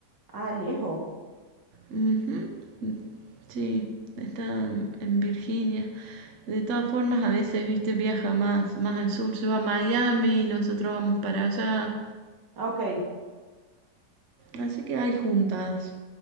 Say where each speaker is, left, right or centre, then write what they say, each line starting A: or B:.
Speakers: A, on the right; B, on the right.
A: Ah, lejos.
B: Ujú, Sí, está en Virginia. De todas formas, a veces, viste, viaja más, más al sur, se va a Miami, nosotros vamos para allá.
A: Ah, ok.
B: Así que hay juntadas.